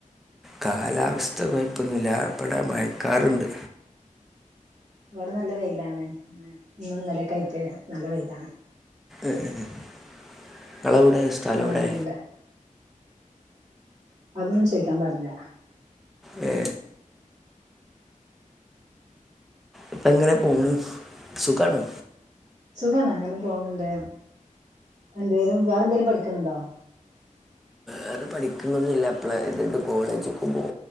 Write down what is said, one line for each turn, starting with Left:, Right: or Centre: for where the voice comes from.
Centre: കാലാവസ്ഥ കൊയപ്പൊന്നുല്ല ഇവടെ മയക്കാറുണ്ട്
Right: ഇവടെ നല്ല വെയിലാണ് ഇന്നുന്നലെക്കായിറ്റ് നല്ല വെയിലാണ്
Centre: ഏ ങ്ങളെവിടെ സ്ഥലൊവിടെ
Right: മഴയൊന്നുമില്ല അതൊന്നും ചോയിക്കാൻ പാടില്ല
Centre: ഏ ഇപ്പെങ്ങനെ പോണ് സുഖാണോ
Right: സുഖാന്ന് അങ്ങനെ പോന്നുണ്ട് എന്തേലും വേറെ എന്തേലും പഠിക്ക്ണ് ണ്ടോ
Centre: വേറെ പഠിക്ക്ന്നൊന്നില്ല അപ്ലൈതിണ്ട് കോളേജ്ക്ക് പോം